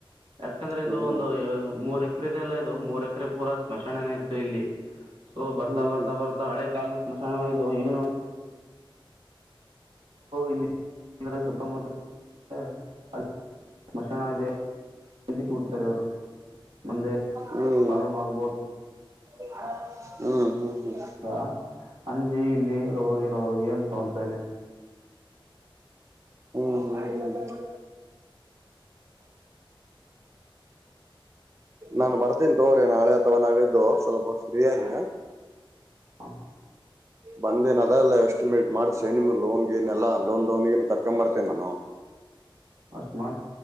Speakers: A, on the right; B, on the right.
A: ಯಾಕಂದ್ರೆ
B: ಹ್ಮ್
A: ಇದು ಒಂದು ಮೂರ್ ಎಕರೆ ಇದೆಲ್ಲ ಅಲ್ಲಾ ಇದು ಮೂರ್ ಎಕರೆ ಪೂರಾ ಸ್ಮಶಾನನೇ ಇತ್ತು ಇಲ್ಲಿ. ಸೊ ಬರ್ತಾ
B: ಹ್ಮ್
A: ಬತಾ
B: ಹ್ಮ್
A: ಬರ್ತಾ ಹಳೆ ಕಾಲದ ಸ್ಮಶಾನಗಳುವು ಏನು ಇಲ್ಲಿ ಅಂದ್ರೆ ಸುತ್ತಮುತ್ತ <inaudible> ಅಲ್ಲಿ ಸ್ಮಶಾನ ಇದೆ. ಎಜ ಕೇಳ್ತಾರೆ ಅವ್ರು ಮುಂದೆ <inaudible>
B: ಹ್ಮ್
A: ಪ್ರಾಬ್ಲಮ್ ಆಗಬಹುದು.
B: <unintelligible> ಹ್ಮ್ ಹ್ಮ್ ಹ್ಮ್
A: ಹಾ ಅಂಜಿ ಇಲ್ಲಿ ಇರೋ ಇರೋ ಏನ್ ತಗೋತಾನೆ
B: ಹ್ಮ್ ಹ್ಮ್ ಹ್ಮ್ <unintelligible> <unintelligible> ನಾನ್ ಬರ್ತೀನಿ ತಗೋರಿ ನಾಳೆ ಅಥವಾ ನಾಡಿದ್ದು ಸ್ವಲ್ಪ ಫ್ರೀ ಆಗಿದ್ದ್.
A: ಹಾ
B: ಬಂದೇನ್ ಅದಲ್ಲ ಎಸ್ಟಿಮೇಟ್ ಮಾಡ್ಸನೆ ನಿಮ್ಗೆ ಲೋನ್ ಗಿನ ಎಲ್ಲಾ ಲೋನ್ ಡೋನ್ ಗೆ ಕರ್ಕೊಂಡ ಬರ್ತೇನೆ ನಾನು.
A: ಅಷ್ಟ ಮಾಡ